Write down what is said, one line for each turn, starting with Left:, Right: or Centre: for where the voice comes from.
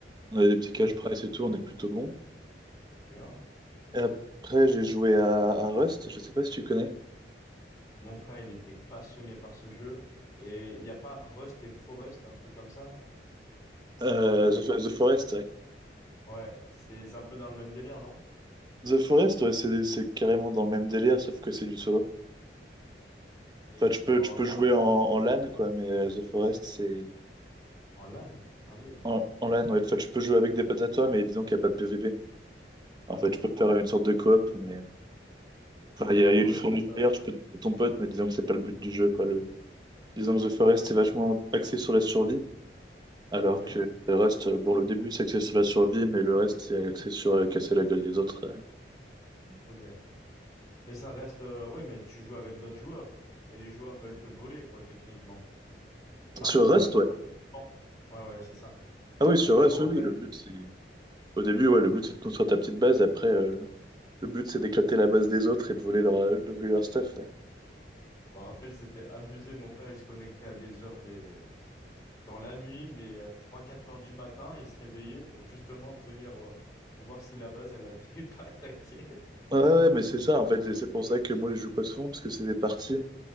Right: on a des petits
Left: Oh,
Right: cash price
Left: c'est-
Right: et tout, on est plutôt bon.
Left: Bien.
Right: Après, j'ai joué à, à Rust, je sais pas si tu connais.
Left: Mon frère, il était passionné par ce jeu. Et il n'y a pas Rust et Forest, un truc comme ça?
Right: Euh,
Left: Ou un autre?
Right: The, The Forest, ouais.
Left: Ouais, c'est c'est un peu dans le même délire, non?
Right: The Forest, ouais, c'est, c'est carrément dans le même délire, sauf que c'est du solo.
Left: Et
Right: Enfin, tu peux,
Left: je m'en
Right: tu
Left: rappelle.
Right: peux jouer en, en LAN, quoi, mais euh, The Forest, c'est...
Left: En LAN? Ah oui.
Right: En, en LAN, ouais. Enfin, tu peux jouer avec des potes à toi, mais disons qu'il n'y a pas de PVP. En
Left: Ok.
Right: fait,
Left: Et
Right: tu peux faire une sorte de coop, mais... Enfin, il y a, il
Left: Rust,
Right: y a du friendly
Left: euh,
Right: fire, tu peux taper ton pote, mais disons que c'est pas le but du jeu, quoi. Le... Disons que The Forest est vachement axé sur la survie, alors
Left: ok,
Right: que Rust, euh, bon, le début, c'est axé sur la survie, mais le reste, c'est axé sur euh, casser la gueule des autres. euh.
Left: ok. Mais ça reste, euh, oui, mais tu joues avec d'autres joueurs. Et les joueurs veulent te voler, quoi, techniquement. Pas
Right: Sur
Left: forcément.
Right: Rust, ouais.
Left: tout le temps. Ouais, ouais, c'est ça.
Right: Ah oui,
Left: Euh,
Right: sur Rust,
Left: je m'en
Right: oui,
Left: rappelle.
Right: oui, le but c'est. Au début, ouais, le but c'est de construire ta petite base, après euh, le but c'est d'éclater la base des autres et de voler leur, euh, de voler leur stuff. Ouais,
Left: Je me rappelle, c'était abusé. Mon frère, il se connectait à des heures, mais dans la nuit, mais à trois quatre heures du matin, il se réveillait pour justement tenir, euh, pour voir si la base, elle n'était <laughs> pas attaquée.
Right: ouais, ouais, ouais, mais c'est ça, en fait, et c'est pour ça que moi je joue pas souvent, parce que c'est des parties.